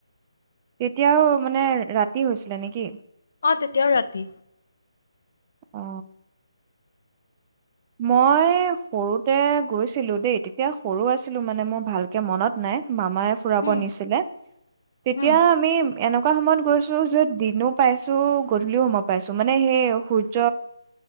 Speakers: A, on the right; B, on the left.
A: তেতিয়াও মানে ৰাতি হৈছিলে, নেকি
B: অ তেতিয়া ৰাতি
A: অ মই সৰুতে গৈছিলোঁ, দেই তেতিয়া সৰু আছিলোঁ মানে, মোৰ ভালকে মনত নাই। মামাই ফুৰাব
B: উম
A: নিছিলে, তেতিয়া
B: উম
A: আমি এনেক একা সময়ত গৈছোঁ য'ত দিনো পাইছোঁ, গধূলিও সময় পাইছো মানে সেই সূৰ্য।